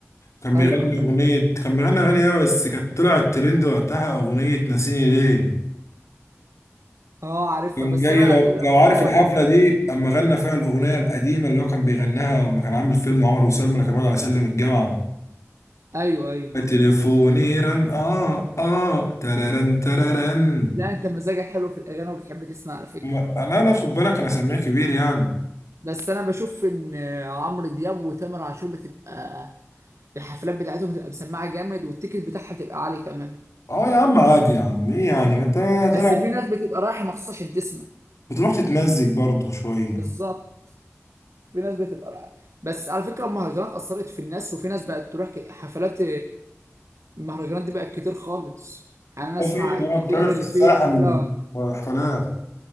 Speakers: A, on the left; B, on the right.
A: كان بيغني
B: ايوه فاهم
A: اغنية كان بيغني اغاني ايه بس كانت طلعت ترند وقتها اغنية ناسيني ليه
B: اه عارفها
A: كان
B: بس
A: جاي
B: انا
A: لو
B: اللي انا
A: لو
B: بسمعه
A: عارف الحفلة
B: اللي يبقى
A: دي اما غنى فيها الاغنية القديمة اللي هو كان بيغناها لما كان عامل فيلم عمر وسلمى اللي كان بيقعد على سلم الجامعة
B: ايوه ايوه
A: تليفوني رن اه اه تررن تررن
B: لا انت مزاجك حلو في الاغاني وبتحب تسمع على فكره
A: ما- لا لا خد بالك انا سامع كبير يعني
B: بس انا بشوف ان عمرو دياب وتامر عاشور بتبقى الحفلات بتاعتهم بتبقى مسمعه جامد والتيكت بتاعها بتبقى عالي كمان
A: اه يا عم عادي يا عم ايه يعني ما انت طالع
B: بس في ناس بتبقى رايحه مخصوص عشان تسمع
A: بتروح تتمزج برضه شويه
B: بالظبط في ناس بتبقى رايحه بس على فكره المهرجانات اثرت في الناس وفي ناس بقت تروح ك- حفلات المهرجانات دي بقت كتير خالص يعني انا
A: اه
B: اسمع
A: في
B: كتير
A: اه بتعمل في
B: اللي
A: الساحل
B: فيه حفله
A: والحفلات